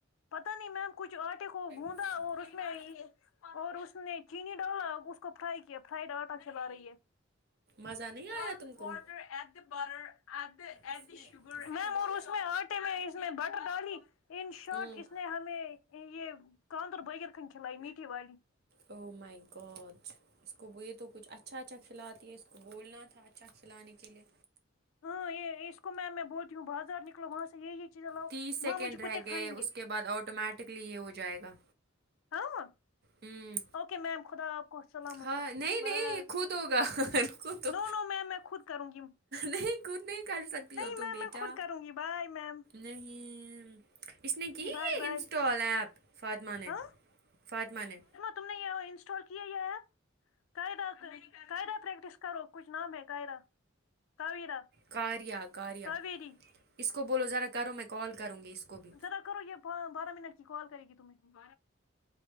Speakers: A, on the left; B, on the right.
A: پتا نہیں میم کچھ آٹے کو کندھا
B: آف اسنیپ
A: اور اسمے اور اس نے چینی ڈالا اس کو فرائی کیا فرائیڈ آٹا کھلا رہی ہے
B: مزہ نہیں
A: ورلڈ
B: آیا تم
A: فور
B: کو
A: تھی اسیبورور اسے
B: اس
A: اش
B: میں اس
A: میم
B: ڈالیں
A: اور اس میں آٹے میں اس میں بٹر ڈالی ان شارٹ
B: ہوں
A: اس نے ہمیں یہ کاندر بغیر خن کھلائی میٹھی والی
B: او مائی گاڈ اس کو یہ تو کچھ اچھا اچھا کھلاتی ہے اس کو بولنا تھا اچھا کھلانے کے لیے
A: ہاں یہ اس کو میںم میں بولتی ہوں بازار نکلو وہاں سے یہی چیز لاؤ
B: تیس سیکنڈ
A: وہاں مجھے
B: رہ
A: کتے
B: گئے
A: کھائیں
B: اس
A: گے
B: کے بعد آٹومیٹکلی یہ ہو جائے گا
A: ہاں
B: ہوں
A: اوکے میم خدا کو سلامت
B: ہاں
A: رکھے
B: نہیں
A: بائے
B: نہیں یہ خود ہوگا روکو تو
A: نو نو میم میں خود کروں گی
B: نہیں خود نہیں کر سکتی
A: نہیں
B: ہو تم
A: میم
B: بیٹا
A: میں خود کروں گی بائے میم
B: نہیں اس نے کی
A: بائے
B: ہے
A: بائے
B: انسٹال ایپ فاطمہ نے
A: ہاں
B: فاطمہ نے
A: تم نے یہ انسٹال کیا یا ایپ قعدہ تو قعدہ پریکٹس کرو کچھ نام ہے قئرہ کاویرا
B: کاریہ کاریہ
A: کاویری
B: اس کو بولو ذرا کرو میں کال کروں گی اس کو بھی
A: ذرا کرو یہ بارہ منٹ کی کال کرے گی تمھے